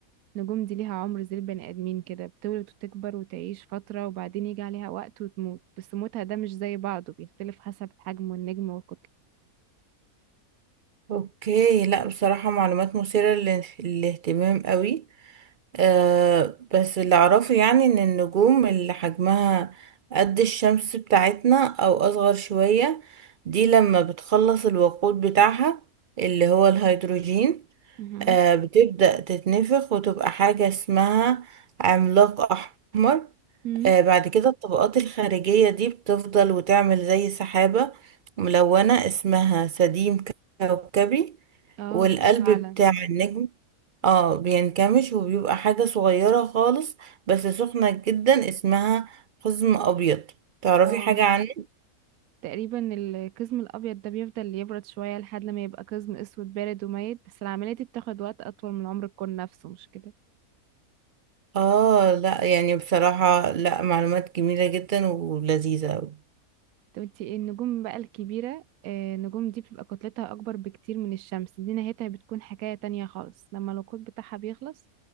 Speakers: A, on the right (about 75°); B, on the right (about 60°).
A: النجوم دي ليها عمر زي البني ادمين كده بتولد وتكبر وتعيش فترة وبعدين يجي عليها وقت وتموت بس موتها ده مش زي بعضه بيختلف حسب حجم النجم والكتلة
B: اوكي لا بصراحة معلومات مثيرة للاهتمام قوي آه بس اللي اعرفه يعني ان النجوم اللي حجمها قد الشمس بتاعتنا او اصغر شوية دي لما بتخلص الوقود بتاعها اللي هو الهيدروجين
A: مهم.
B: آه بتبدأ تتنفخ وتبقى حاجة اسمها عملاق احمر
A: مم.
B: آه بعد كده الطبقات الخارجية دي بتفضل وتعمل زي سحابة ملونة اسمها سديم كوكبي
A: اه
B: والقلب
A: فعلا
B: بتاع النجم اه بينكمش وبيبقى حاجة صغيرة خالص بس سخنة جدا اسمها قزم أبيض تعرفي
A: اه
B: حاجة عنه؟
A: تقريبا القزم الابيض ده بيفضل يبرد شوية لحد ما يبقى قزم اسود بارد وميت بس العملية دي بتاخد وقت اطول من عمر الكون نفسه مش كده
B: اه لا يعني بصراحة لا معلومات جميلة جدا ولذيذة
A: طب انتي ايه النجوم بقى الكبيرة آه، النجوم دي بتبقى كتلتها أكبر بكتير من الشمس دي نهايتها بتكون حكاية تانية خالص لما الوقود بتاعها بيخلص